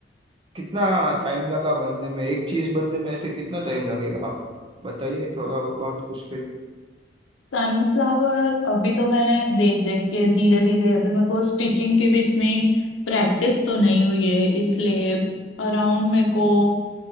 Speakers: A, on the right (about 25°); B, on the left (about 90°).
A: कितना टाइम लगा बनने में एक चीज बनने में ऐसे कितना टाइम लगेगा आप बताइए थोड़ा बहुत उस पे
B: सनफ्लावर अभी तो मैंने देख देख के धीरे धीरे अभी मेरे को स्टिचिंग की भी इतनी प्रैक्टिस तो नहीं हुई है इसलिए अराउंड मेरे को